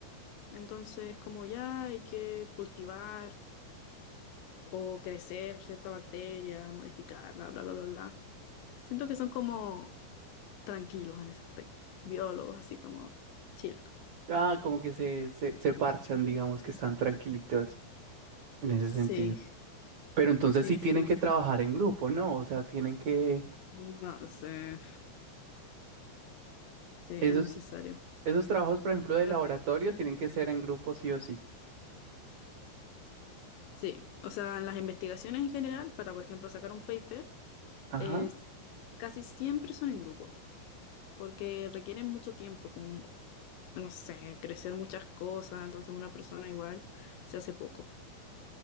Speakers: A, on the left; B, on the right.
A: Entonces como ya hay que cultivar o crecer cierta bacteria, modificarla, bla, bla, bla, bla. Siento que son como tranquilos en ese aspecto. Biólogos, así como chill.
B: Ah, como que se, se, se parchan, digamos que están tranquilitos en ese
A: Sí,
B: sentido. Pero entonces
A: sí,
B: sí tienen
A: sí,
B: que
A: sí.
B: trabajar en grupo, ¿no? O sea, tienen que...
A: No sé, sí,
B: Esos,
A: es necesario.
B: esos trabajos, por ejemplo, de
A: Bueno,
B: laboratorio,
A: es que-
B: tienen que ser en grupo sí o sí.
A: sí, o sea, en las investigaciones en general, para, por ejemplo, sacar un paper,
B: Ajá.
A: es, casi siempre son en grupo, porque requieren mucho tiempo, como, no sé, crecer muchas cosas, entonces una persona igual se hace poco.